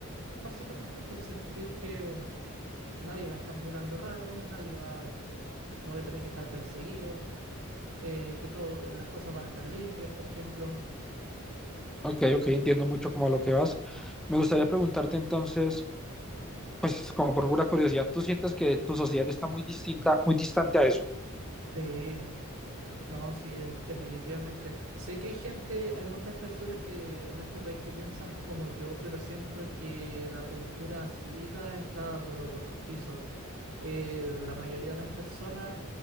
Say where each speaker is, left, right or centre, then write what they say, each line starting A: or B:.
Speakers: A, on the right; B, in the centre.
A: básicamente eso, sentir que nadie me va a estar mirando raro, nadie va no voy a tener que estar perseguido, eh, que todas las cosas van a estar limpias, por ejemplo.
B: Ok, ok, entiendo mucho como a lo que vas. Me gustaría preguntarte entonces, pues como por pura curiosidad, ¿tú sientes que tu sociedad está muy distinta, muy distante a eso?
A: Sí, no, sí, es definitivamente. Sé que hay gente, hay muchas personas que en este país que piensan como yo, pero siento que la cultura cívica está pero por los pisos. eh, la mayoría de las personas